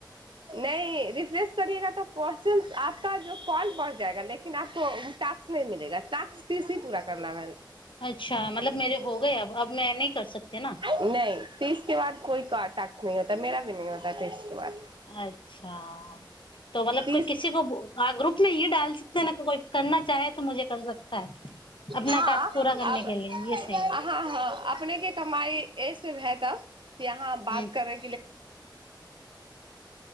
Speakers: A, on the right; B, on the left.
A: <unintelligible> <unintelligible>
B: <unintelligible>
A: है <unintelligible>
B: <unintelligible>
A: तीस
B: <unintelligible> <unintelligible>
A: हँ अब हँ हँ अपने के कमाई ऐस भेय तब यहाँ बात
B: हम्म
A: करे